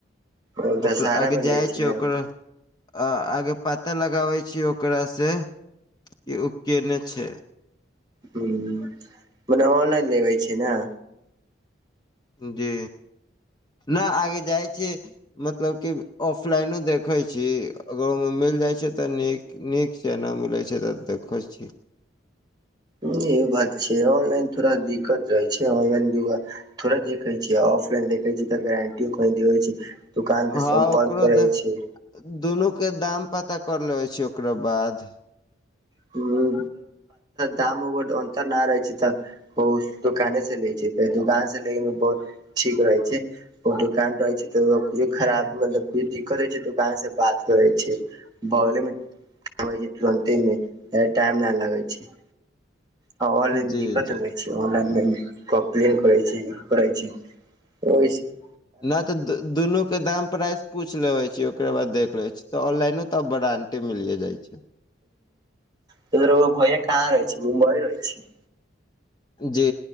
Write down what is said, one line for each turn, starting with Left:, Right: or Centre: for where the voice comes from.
Right: ओ दशहरा
Left: ओकर आगे
Right: मे लै
Left: जाइ छै
Right: ने
Left: ओकर अ आगे पता लगाबे छी ओकरा से कि उ केने छै
Right: ह मने ऑनलाइन लेबे छै ने
Left: जी नहि आगे जाइ छी मतलब कि ऑफलाइनो देखैत छी अगर ओहिमे मिल जाइत छै तऽ नीक नीक छै न मिलै छै तऽ देखैत छियै
Right: ह ए बात छै ऑनलाइन थोड़ा दिक्कत रहै छै ऑनलाइन द थोड़ा देखे छियै ऑफलाइन देखे छी तऽ गारंटियो कही देे छै दुकान पे
Left: हँ
Right: सम्पर्क
Left: ओकरो
Right: करै
Left: द
Right: छी
Left: दुनू के दाम पता कर लेबे छी ओकरा बाद
Right: हं दाम उड अन्तर नहि रह छै तऽ ओ दुकाने से ले छै त दुकान से ले मे बहुत ठीक रहै छै ओ दोकान रहे छै तऽ कुछो खराब मतलब कुछो दिक्कत होइ छै दुकान से बात करे छै बगले मे छै तुरन्ते मे टाइम नहि लगे छै हाँ ओनलाइन
Left: जी
Right: दिक्त
Left: जी
Right: होइ छै ऑनलाइन मे कम्प्लेन करै छै ई करै छै ओइसे
Left: नऽ तऽ दु दुनू के दाम प्राइस पूछ लेबै छै ओकरा बाद देख ले छी तऽ ऑनलाइनो तऽ ब्रानंडे मिलिये जाय छै
Right: त रउआ भैया कहाँ रहै छै मुमबइ रहि छै
Left: जी